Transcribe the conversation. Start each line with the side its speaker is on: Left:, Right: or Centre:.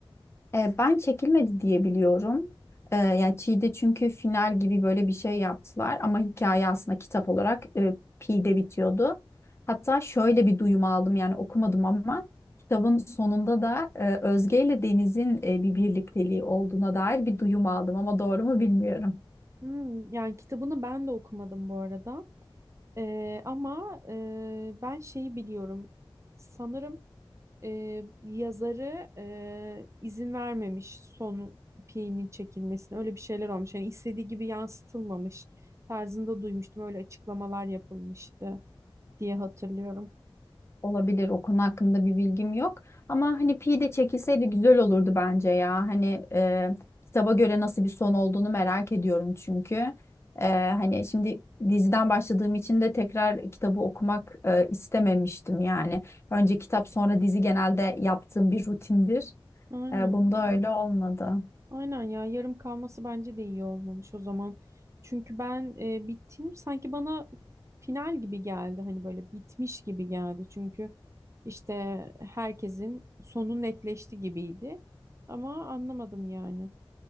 Left: E, ben çekilmedi diye biliyorum. E, yani Çiğ'de çünkü final gibi böyle bir şey yaptılar ama hikaye aslında kitap olarak e, Pi'de bitiyordu. Hatta şöyle bir duyum aldım yani okumadım ama kitabın sonunda da e, Özge ile Deniz'in e, bir birlikteliği olduğuna dair bir duyum aldım ama doğru mu bilmiyorum.
Right: Hmm, yani kitabını ben de okumadım bu arada. Ee, ama e, ben şeyi biliyorum. Sanırım e, yazarı e, izin vermemiş son Pi'nin çekilmesine. Öyle bir şeyler olmuş. Yani istediği gibi yansıtılmamış tarzında duymuştum. Öyle açıklamalar yapılmıştı diye hatırlıyorum.
Left: Olabilir o konu hakkında bir bilgim yok ama hani pi de çekilseydi güzel olurdu bence ya hani e, kitaba göre nasıl bir son olduğunu merak ediyorum çünkü E, hani şimdi diziden başladığım için de tekrar kitabı okumak e, istememiştim yani önce kitap sonra dizi genelde yaptığım bir rutindir
Right: Aynen.
Left: E, bunda öyle olmadı.
Right: Aynen ya yarım kalması bence de iyi olmamış o zaman. Çünkü ben e, bittim sanki bana final gibi geldi hani böyle bitmiş gibi geldi. Çünkü işte herkesin sonu netleşti gibiydi. Ama anlamadım yani.